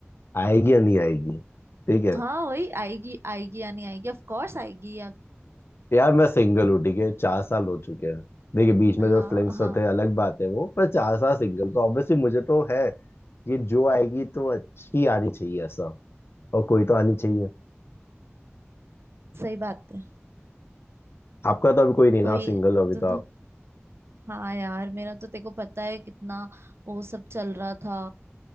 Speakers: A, on the left; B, on the right.
A: आएगी या नहीं आएगी ठीक है
B: हाँ वही आएगी आएगी या नहीं आएगी ऑफ कोर्स आएगी या
A: यार मैं सिंगल हूँ ठीक है चार साल हो चुके हैं देखिए बीच में जो
B: हाँ
A: फ्लिंग्स
B: हाँ
A: होते हैं अलग बात है वो पर चार साल सिंगल तो ऑब्वियसली मुझे तो है ये जो आएगी तो अच्छी आनी चाहिए ऐसा और कोई तो आनी चाहिए
B: सही बात है
A: आपका तो अभी कोई नहीं
B: कोई
A: ना आप सिंगल हो अभी
B: तू
A: तो आप
B: हाँ यार मेरा तो तेको पता है कितना वो सब चल रहा था